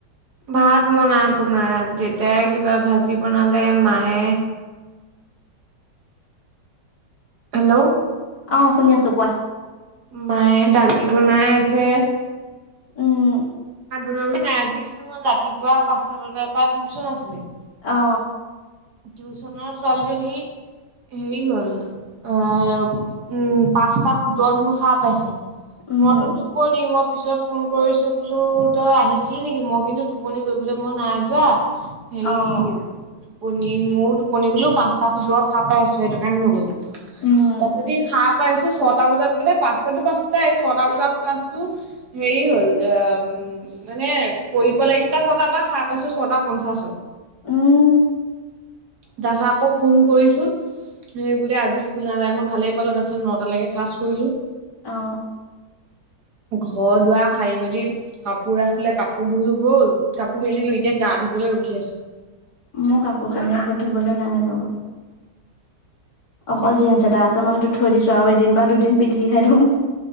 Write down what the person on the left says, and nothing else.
অ শুনি আছো কোৱা
উম
অ
উম,
অ',
উম,
উম
অ
মোৰ কাপোৰ কানিৰ আক ধুবলে নাই বাৰু অকল জিন্স এটা আছে মই সেইটো থৈ দিছো আৰু এদিন বা দুদিন পিন্ধিহে ধূম